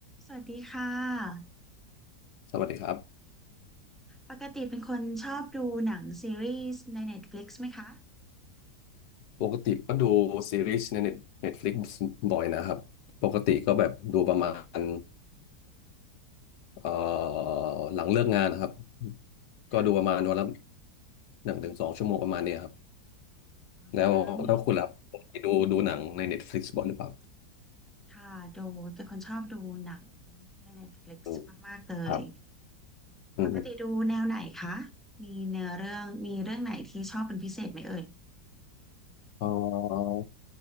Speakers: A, in the centre; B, on the left.
A: สวัสดีค่ะ
B: สวัสดีครับ
A: ปกติเป็นคนชอบดูหนังซีรีส์ใน Netflix ไหมคะ
B: ปกติก็ดูซีรีส์ในเน็ตเน็ตฟลิกบ่อยนะครับปกติก็แบบดูประมาณเอ่อหลังเลิกงานนะครับก็ดูประมาณวันละ
A: ค่ะ
B: หนึ่งถึงสองชั่วโมงประมาณนี้ครับ
A: อ๋อ
B: แล้วแล้วคุณล่ะปกติดูดูหนังในเน็ตฟลิกบ่อยหรือเปล่า
A: มีค่ะดูเป็นคนชอบดูหนังใน Netflix
B: อืม
A: มากๆเลย
B: ครับอืม
A: ปกติดูแนวไหนคะมีเนื้อเรื่องมีเรื่องไหนที่ชอบเป็นพิเศษไหมเอ่ย
B: เอ่อ